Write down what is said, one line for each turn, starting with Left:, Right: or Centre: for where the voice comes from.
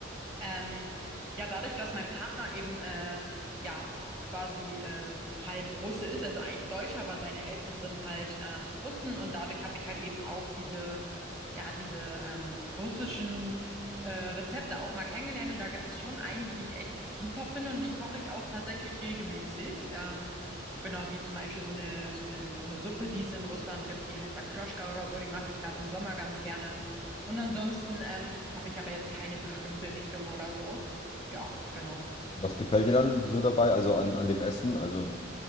Right: ähm, ja, dadurch, dass mein Partner eben äh, ja quasi ähm, halb Russe ist, also eigentlich Deutscher, aber seine Eltern sind halt ähm, Russen und dadurch habe ich halt eben auch diese ja diese ähm, russischen äh, Rezepte auch mal kennengelernt und da gibt's schon einige, die ich echt super finde und die koche ich auch tatsächlich regelmäßig. Ähm, genau, wie zum Beispiel so eine so eine so eine Suppe, die es in Russland gibt, die heißt Akroschka oder so, die mache ich gerade im Sommer ganz gerne. Und ansonsten ähm, habe ich aber jetzt keine bestimmte Richtung oder so. Ja, genau.
Left: Was gefällt dir dann so dabei, also an, an dem Essen? Also